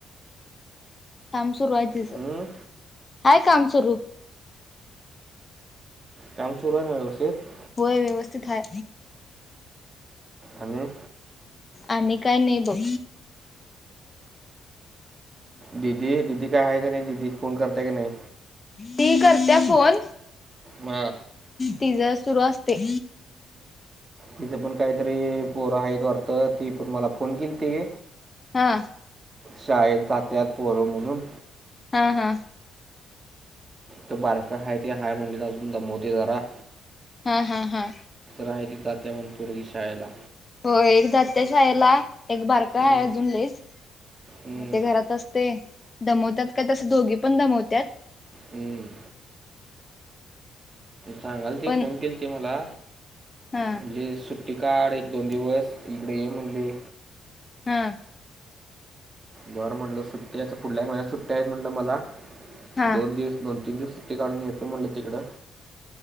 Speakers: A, on the left; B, on the right.
A: काम सुरू आहे तिचं,,
B: हं?
A: हाय काम सुरू.
B: कामसुरु आहे ना व्यवस्थित
A: होय व्यवस्थित हाय.
B: आणि
A: आणि काय नाही बघ.
B: दिदी, दिदी काय आहे का नाही,, दिदी फोण करत्या का नाही.
A: ती करत्या फोन
B: हा
A: तिजं सुरू असतय.
B: तिथं पण काहीतरी पोरं आहेत वाटतं, ती पण मला फोन किलती
A: हा
B: शाळेत जात्यात पोरं म्हणून
A: हा हा
B: तो बारकं हाय ते हाय म्हणलीत दमवतय जरा
A: हा हा हा
B: राह ते जात्या म्हणं पुरगी शाळेला
A: हो एक जात्याशाळेला, एक बारका
B: हं,
A: हाय अजून लयच.
B: हं,
A: ते घरात असतय,, दमवत्यात काय तस दोघी पण दमवत्यात
B: हम्म सांगालती
A: पण
B: फोन केलती मला,
A: हा
B: म्हणली सुट टी काड एक दोन दिवस, इकडं ये म्हणली
A: हां
B: बरं म्हणलं सुट्टी, आता पुुढल्या महिन्यात सुट्ट्या आहेत म्हणलं मला,
A: हा
B: दोन दिवस दोन तिन दिवस सुट्टी काढून येतो म्हणलं तिकडं.